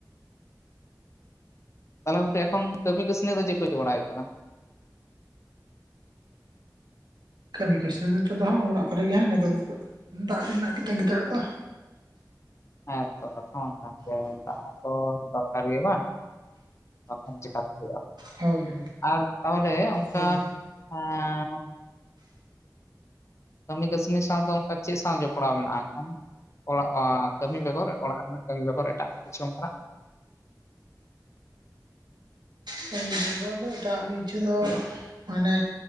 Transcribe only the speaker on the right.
ᱠᱟᱹᱢᱤ ᱠᱟᱹᱥᱱᱤ ᱱᱤᱛᱚᱜ ᱫᱚ ᱦᱟᱜ ᱚᱲᱟᱜ ᱠᱚᱨᱮᱜᱮ ᱱᱤᱛᱚᱜ ᱫᱟᱜ ᱨᱮᱱᱟᱜ ᱜᱮ ᱛᱟᱸᱜᱤ ᱛᱟᱲᱟᱜ ᱫᱚ᱾
ᱦᱳᱭ ᱦᱳᱭ
ᱦᱳᱭ
ᱠᱟᱢᱤ ᱵᱮᱜᱚᱨ ᱫᱚ ᱮᱴᱟᱜ ᱠᱤᱪᱷᱩ ᱫᱚ ᱢᱟᱱᱮ